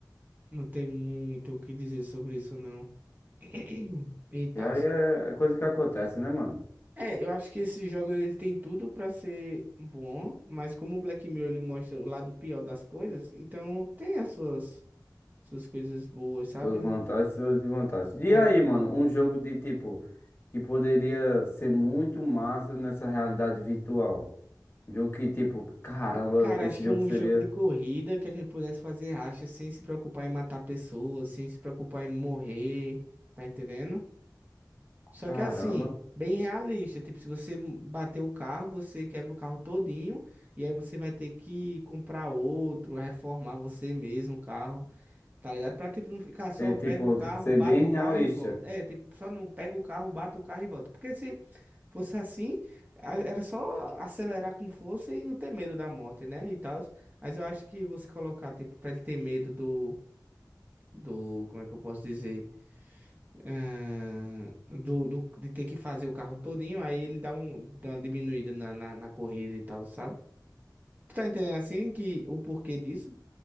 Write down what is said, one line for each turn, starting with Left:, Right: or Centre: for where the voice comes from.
Right: não tem muito o que dizer sobre isso, não. <clears throat> E tal.
Left: E aí é é coisa que acontece, né, mano?
Right: É, eu acho que esse jogo ele tem tudo pra ser bom, mas como o Black Mirror ele mostra o lado pior das coisas, então tem as suas, suas coisas boas, sabe?
Left: Suas vantagens e suas desvantagens. E
Right: É.
Left: aí, mano, um jogo de tipo que poderia ser muito massa nessa realidade virtual. Um jogo que, tipo, caramba,
Right: Ca- Cara,
Left: esse
Right: acho que
Left: jogo
Right: um
Left: seria.
Right: jogo de corrida que a gente pudesse fazer racha sem se preocupar em matar pessoas, sem se preocupar em morrer, tá entendendo? Só
Left: Caramba.
Right: que assim, bem realista, tipo, se você bater o carro, você quebra o carro todinho e aí você vai ter que comprar outro, reformar você mesmo o carro. Tá ligado? Pra, tipo, não ficar só
Left: Ter,
Right: pega
Left: tipo,
Right: o carro,
Left: ser
Right: bate
Left: bem
Right: o
Left: realista.
Right: carro e volta. É, tipo, só não pega o carro, bate o carro e volta. Porque se fosse assim, a- era só acelerar com força e não ter medo da morte, né? E tal. Mas eu acho que você colocar, tipo, pra ele ter medo do. Do, como é que eu posso dizer? Ahn, do, do, de ter que fazer o carro todinho, aí ele dá, um, dá uma diminuída na, na, na corrida e tal, sabe? Tu tá entendendo assim que o porquê disso?